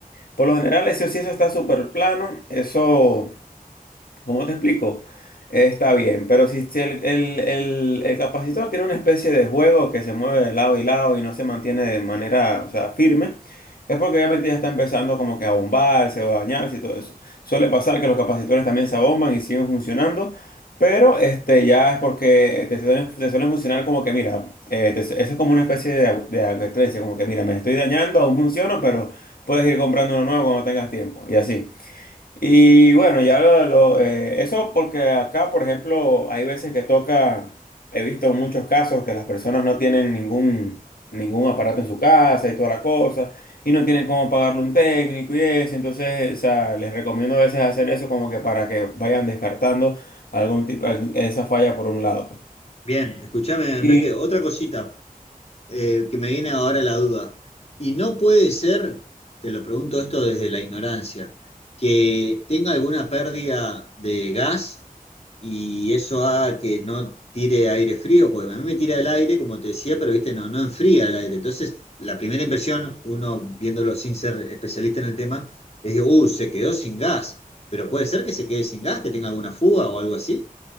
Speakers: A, on the left; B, on the left.
A: Por lo general, ese sí, eso está súper plano. Eso ¿Cómo te explico? Eh, Está bien, pero si, si el, el- el- el capacitor tiene una especie de juego que se mueve de lado y lado y no se mantiene de manera, o sea, firme, es porque obviamente ya está empezando como que a bombarse o a dañarse y todo eso. Suele pasar que los capacitores también se abomban y siguen funcionando, pero este ya es porque te suelen, te suelen funcionar como que, mira, eh, te- eso es como una especie de, agu- de advertencia, como que, mira, me estoy dañando, aún funciona, pero puedes ir comprando uno nuevo cuando tengas tiempo, y así. Y bueno, ya lo, lo, eh, eso porque acá, por ejemplo, hay veces que toca, he visto muchos casos que las personas no tienen ningún, ningún aparato en su casa y toda la cosa, y no tienen cómo pagarle un técnico y eso, entonces, o sea, les recomiendo a veces hacer eso como que para que vayan descartando algún tipo, al- esa falla por un lado. pues.
B: Bien, escuchame, Enrique,
A: Y,
B: otra cosita. eh, que me viene ahora la duda. Y no puede ser, te lo pregunto esto desde la ignorancia, que tenga alguna pérdida de gas y eso haga que no tire aire frío, porque a mí me tira el aire, como te decía, pero viste, no, no enfría el aire. Entonces, la primera impresión, uno viéndolo sin ser especialista en el tema, es, que, uh, se quedó sin gas. Pero puede ser que se quede sin gas, que tenga alguna fuga o algo así.